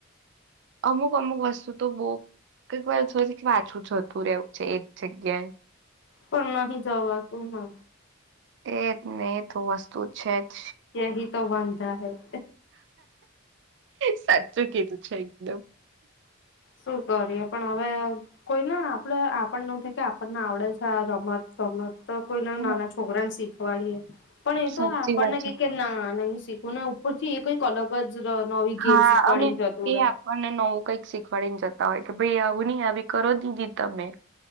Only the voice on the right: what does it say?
અમુક અમુક વસ્તુ તો બહુ કંઈક વા ર સોચુ કે પાછું જતું રહેવું છે એ જ જગ્યાએ
એજ ને એ તો વસ્તુ જ છે જ
સાચૂચો કેધું છે એકદમ.
હમ,
સાચી
વાત છે
હા
અને
એ
આપણને નવું કંઈક શીખવાડીને જતું. હોય કે ભાઈ આવું નહી આવી કરો દીધી તમે.